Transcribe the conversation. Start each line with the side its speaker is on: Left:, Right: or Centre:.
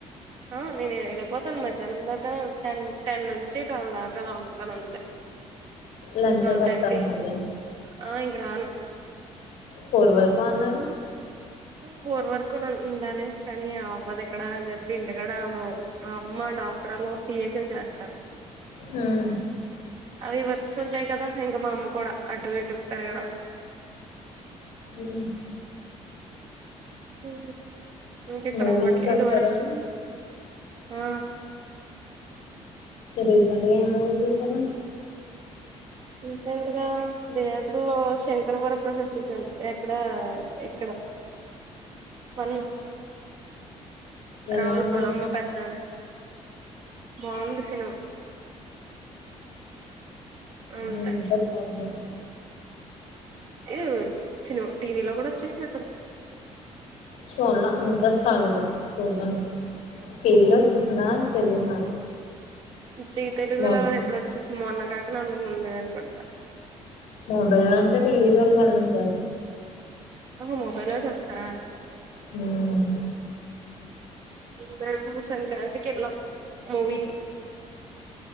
Right: ఆ నే నె వెళ్ళిపోతాను మధ్యానం దాకా టెన్ టెన్ నుంచి ట్వెల్వ్ దాకా అలా ఉంటాను అంతే
Left: లంచెస్
Right: ట్వెల్వ్
Left: వస్తారు
Right: థర్టీ
Left: మళ్ళీ
Right: ఆ ఇంక రాను
Left: ఫోర్ వరకు అన్నారు
Right: ఫోర్ వరకు ఉండాలి కానీ అవ్వదు ఎక్కడ అని చెప్పి ఇంటికాడ మా అమ్మ డాక్టర్లో సీఏకని చేస్తాను
Left: హ్మ్
Right: అవి వర్క్స్ ఉంటాయి కదా ఇంకా మా అమ్మ కూడా అటు ఇటు పెరగడం
Left: ఉమ్
Right: <unintelligible> ఇంక ఇక్కడ
Left: మూవీస్
Right: అవ్వట్లే
Left: చూస్తారా
Right: వర్క్ ఆ
Left: రీసెంట్ గా ఎ మ్ మూవీ చూసారు
Right: రీసెంట్ గా థియేటర్ లో శంకర్ వర ప్రసాద్ చూసాను ఎక్కడ ఎక్కడ పన్న
Left: ఎలా
Right: రావుల
Left: ఉంది
Right: పలమ్మ మా పెదనాన్న బాగుంది సినిమా అంతే
Left: <inaudible> ఇంకా చాల
Right: ఏవ్ సినిమా టీవీ లో కూడా వచ్చేసిన
Left: చూడ్ల ఇంట్రెస్ట్ రాలేదు చూడ్డానికి టీవీలో వచ్చేస్తుందా తెలియదు నాకు
Right: చ్చ తెలుగులో
Left: మొ
Right: ఎప్పుడ వచ్చేస్తుంది మొన్న కాక అందుకు ముందు అని కొడత
Left: వంటచేయడాని అంత టీవీ జోలికెళ్ళానండి
Right: హో మొబైల్లో చూస్తారా
Left: హ్మ్
Right: బ్రమ్ము సంక్రాంతికెల్లాం మూవకి